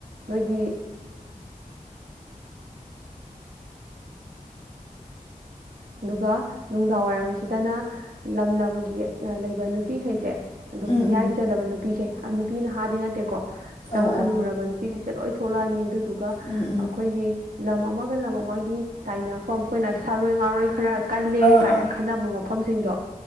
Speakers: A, on the right; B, on the left.
A: ꯅꯣꯏꯒꯤ ꯑꯗꯨꯒ ꯅꯨꯡꯗꯥꯡ ꯋꯥꯏꯔꯝꯁꯤꯗꯅ ꯂꯝ ꯂꯝꯒꯤ ꯂꯩꯕ ꯅꯨꯄꯤꯈꯩꯁꯦ ꯑꯗꯨꯝ
B: ꯎꯝ
A: ꯃꯤꯌꯥꯏ
B: ꯎꯝ
A: ꯆꯜꯂꯕ ꯅꯨꯄꯤꯈꯦ ꯅꯨꯄꯤꯅ ꯊꯥꯗꯤ ꯅꯠꯇꯦꯀꯣ ꯈꯤꯇꯪ
B: ꯑꯧ ꯑꯧ
A: ꯍꯟꯅꯨꯔꯕ ꯅꯨꯄꯤꯈꯩꯁꯤꯗ ꯂꯣꯏ ꯊꯣꯛꯂꯛꯑꯅꯤ ꯑꯗꯨꯗꯨꯒ
B: ꯎꯝ ꯎꯝ
A: ꯑꯩꯈꯣꯏꯒꯤ ꯂꯝ ꯑꯃꯒ ꯂꯝ ꯑꯃꯒꯤ ꯇꯥꯏꯅꯐꯝ ꯑꯩꯈꯣꯏꯅ ꯁꯥꯔꯣꯏ ꯉꯥꯔꯣꯏ ꯈꯔ ꯀꯜꯂꯦ
B: ꯑꯥ
A: ꯀꯥꯏꯅ
B: ꯑꯥ
A: ꯈꯟꯅꯕ ꯃꯐꯝꯁꯤꯡꯗꯣ